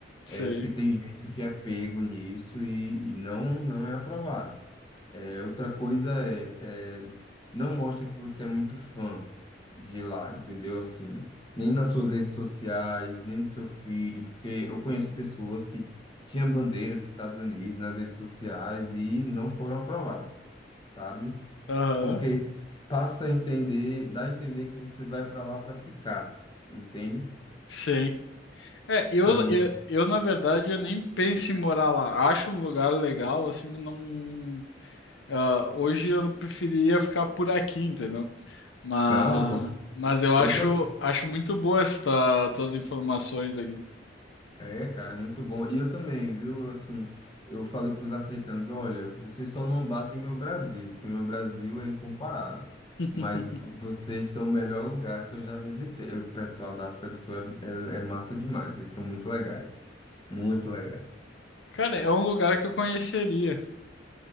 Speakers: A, on the left (about 75°); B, on the left (about 25°).
A: Sei.
B: É porque tem gente que é pego nisso e, e não, não é aprovado. É, outra coisa é, é, não mostra que você é muito fã de lá, entendeu? Assim, nem nas suas redes sociais, nem no seu feed, porque eu conheço pessoas que tinham bandeira dos Estados Unidos nas redes sociais e não foram aprovadas, sabe?
A: Aham.
B: Porque passa a entender, dá a entender que você vai para lá para ficar, entende?
A: Sim. É, eu,
B: Então,
A: eu, eu, na verdade, eu nem penso em morar lá. Acho um lugar legal, assim, mas não. ah, hoje eu preferiria ficar por aqui, entendeu? Mas,
B: não,
A: mas eu acho,
B: eu também.
A: acho muito boa esta, tuas informações aqui.
B: É, cara, é muito bom. E eu também, viu? Eu, Assim, eu falei para os africanos, olha, vocês só não batem meu Brasil, porque meu Brasil é incomparável.
A: <laughs>
B: Mas vocês são o melhor lugar que eu já visitei. O pessoal da África do Sul é, é- é massa demais. Eles são muito legais. Muito legais.
A: Cara, é um lugar que eu conheceria.